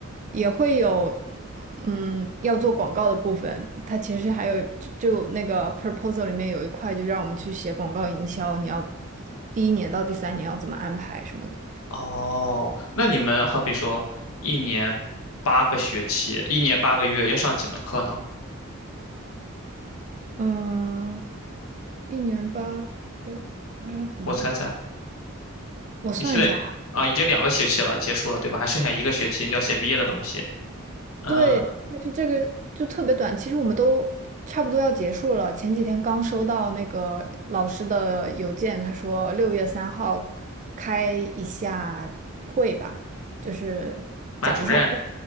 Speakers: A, on the right; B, on the left.
A: 也会有嗯要做广告的部分。它其实还有就就那个 proposal 里面有一块，就让我们去写广告营销，你要第一年到第三年要怎么安排什么的。
B: 哦，那你们好比说一年八个学期，一年八个月要上几门课呢？
A: 嗯，一年八个，呃，怎么个？
B: 我猜猜，
A: 我算一下。
B: 你现在啊已经两个学期了，结束了对吧？还剩下一个学期要写毕业的东西。嗯，
A: 对，就是这个就特别短，其实我们都差不多要结束了。前几天刚收到那个老师的邮件，他说六月三号开一下会吧，就是讲一下，
B: 班主任，